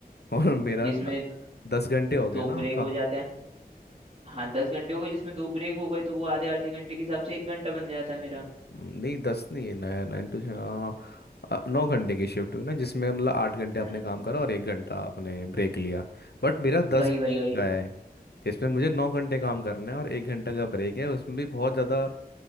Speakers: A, on the left; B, on the right.
A: <laughs> और मेरा
B: जिसमें
A: न- दस घंटे हो गया
B: दो
A: ना
B: ब्रेक
A: आपका
B: हो जाते हैं हाँ दस घंटे हो गए जिसमें दो ब्रेक हो गए तो वो आधे आधे घंटे के हिसाब से एक घंटा बन जाता है मेरा
A: हम्म, नहीं दस नहीं है नया नाइन टू हाँ, अ, नौ घंटे की शिफ्ट हुई ना जिसमें मतलब आठ घंटे
B: अम्म,
A: आपने काम करा और एक घंटा आपने ब्रेक लिया बट मेरा दस
B: वही
A: घंटे
B: वही वही
A: का है इसमें मुझे नौ घंटे काम करना है और एक घंटे का ब्रेक है उसमें भी बहुत ज़्यादा